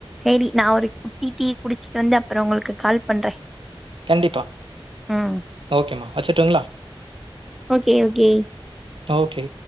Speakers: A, in the centre; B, on the right (about 65°).
A: செரி நா ஒரு குட்டி டீ குடிச்சிட்டு வந்து அப்றோ உங்களுக்கு கால் பண்றே
B: கண்டிப்பா
A: ம்
B: ஓகேமா வெச்சுட்டுங்ளா
A: ஓகே ஓகே
B: ஓகே